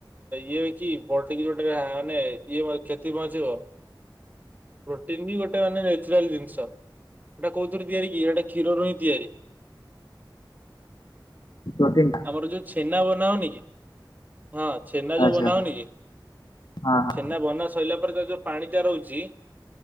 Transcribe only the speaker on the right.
ଇଏ କି ବଡିକି ଯୋଉଟ ମାନେ ଇଏ କ୍ଷତି ପହଞ୍ଚିବ। ପ୍ରୋଟିନ୍ ବି ଗୋଟେ ମାନେ ନ୍ୟଚୁରାଲ ଜିନିଷ। ସେଇଟା କଉଥି ତିଆରି କି ଏଟା୍ଷୀରରୁ ହିଁ ତିଆରି।
ଆମର ଯୋଉ ଛେନା ବନା ହ ଉନିକି କି ହଁ ଛେନା ଯୋଉ
ବନା ହଉନିକି।
ବନା ସରିଲା ପରେ ତା ଯୋଉ ପାଣି ଟା ରହୁଛି